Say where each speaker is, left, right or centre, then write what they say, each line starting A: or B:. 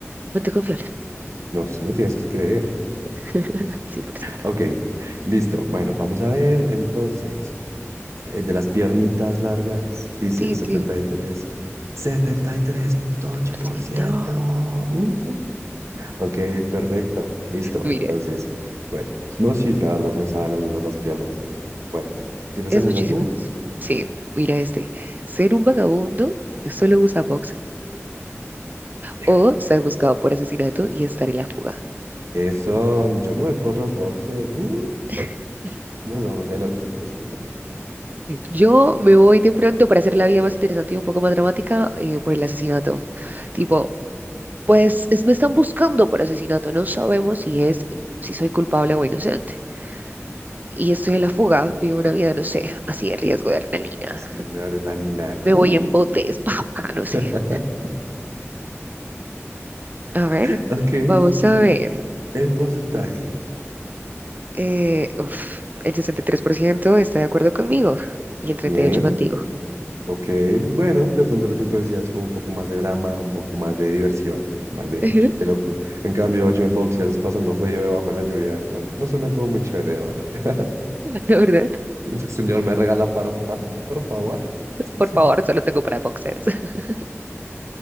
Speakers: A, on the right (about 35°); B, on the right (about 75°).
A: mente confiable.
B: No, tú me tienes que creer.
A: <laughs> 100%.
B: Ok, listo. Bueno, vamos a ver entonces. El de las piernitas largas dice
A: Tin,
B: setenta
A: tin,
B: setenta y y tres setenta y tres punto
A: cien
B: 73.
A: por
B: 73.8%.
A: ciento.
B: Uh. Ok, perfecto. Listo.
A: Mira.
B: Entonces, bueno, no, sí, la verdad pensaba lo mismo en las piernas. Bueno, ¿tienes
A: Es
B: alguna
A: muchísimo
B: tú?
A: más. Sí, mira este. Ser un vagabundo que solo usa boxer
B: <laughs>
A: o ser buscado por asesinato y estar en la fuga.
B: Eso, yo me voy por los boxers. Uh,
A: <laughs>
B: nos vamos de loquitos por ahí.
A: Yo me voy de pronto para hacer la vida más interesante y un poco más dramática eh, por el asesinato. Tipo, pues es- me están buscando por asesinato. No sabemos si es, si soy culpable o inocente. Y estoy en la fuga, vivo una vida, no sé, así de riesgo de adrenalina.
B: Sí, de adrenalina.
A: Me
B: Uh.
A: voy en botes, <laughs> papá, no
B: <laughs>
A: sé. A ver,
B: Ok,
A: vamos
B: ¿y
A: a
B: tú?
A: ver.
B: El porcentaje.
A: Eh, uf, el 63% está de acuerdo conmigo y el 38%
B: Bien,
A: contigo.
B: ok. Bueno, de pronto lo que tú decías es como un poco más de drama, un poco más de diversión, más de,
A: <laughs>
B: de locura. En cambio, yo en boxers pasando frío debajo de la lluvia, no, no suena como muy chévere ahora. <laughs>
A: La verdad.
B: Y yo, Señor, ¿me regala para un pan, por favor? <laughs>
A: Por favor, solo tengo para boxers. <laughs>